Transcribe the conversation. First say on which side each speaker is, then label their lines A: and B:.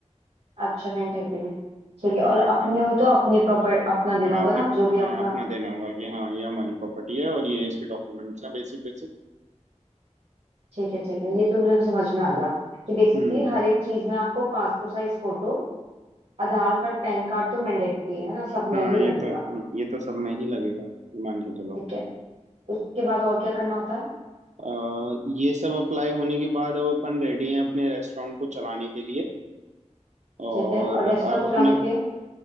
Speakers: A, on the right; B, on the right.
A: अच्छा रेंट एग्रीमेंट ठीक है
B: हाँ
A: और
B: रेंट
A: अपनी
B: एग्रीमेंट
A: हुई तो अपनी प्रॉपर अपना
B: हाँ
A: देना होगा
B: अपनी
A: ना जो भी
B: हाँ
A: आपका
B: अपना देना होगा कि हाँ ये हमारी प्रॉपर्टी है और ये इसके डॉक्यूमेंट्स हैं बेसिक बेसिक
A: ठीक है ठीक है ये तो मुझे समझ में आ गया कि बेसिकली
B: हम्म
A: हर एक चीज में आपको passport size photo Aadhaar card PAN card तो मैंडेटरी है ना सब में
B: हाँ
A: ही
B: ये
A: लगेगा
B: तो ये तो सब में ही लगेगा ये मान के चलो
A: ठीक
B: हाँ
A: है उसके बाद और क्या करना होता है
B: अ, ये सब अप्लाई होने के बाद अब अपन रेडी हैं अपने रेस्टोरेंट को चलाने के लिए और
A: ठीक है और रेस्टोरेंट
B: अब
A: चलाने
B: अपने
A: के लिए